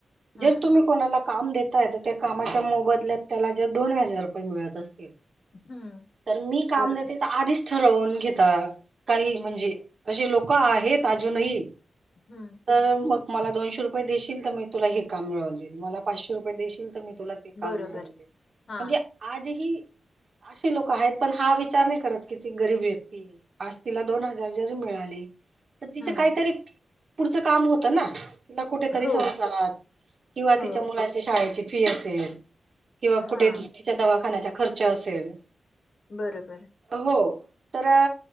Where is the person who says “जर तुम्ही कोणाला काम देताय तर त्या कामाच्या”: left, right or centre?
Right